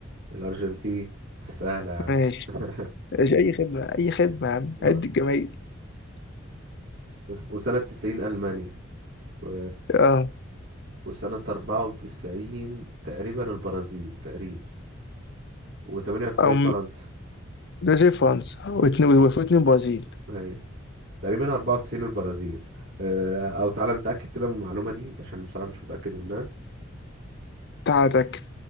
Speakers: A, on the right (about 60°); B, on the left (about 60°).
A: الأرجنتين <laughs> سهلة يا عم
B: ماشي
A: <laughs>
B: ماشي، اي خدمة اي خدمة يا عم عد
A: اه
B: الجماهير
A: وس- وسنة تسعين ألمانيا و...
B: اه
A: وسنة أربعة وتسعين تقريبا البرازيل تقريبا وتمانية وتسعين
B: او
A: فرنسا
B: ده زي فرنسا واثنين وفوا اتنين برازيل
A: أيوة تقريبا أربعة وتسعين البرازيل آه، أو تعالى نتأكد كده من المعلومة دي عشان بصراحة مش متأكد منها
B: تعال اتاكد